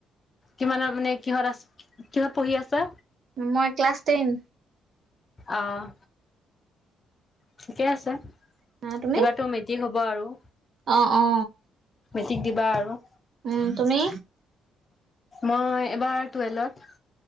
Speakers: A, on the left; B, on the right.
A: কিমানৰ মানে কিহত আছে কিহত পঢ়ি আছে।
B: মই ক্লাছ টেন।
A: অ', ঠিকে আছে
B: হা তুমি
A: এইবাৰোটো মে ক হ'ব আৰু।
B: অ', অ,
A: মেট্ৰিক দ'বা আৰু।
B: উম', তুমি
A: মই এবাৰ টুৱেলভত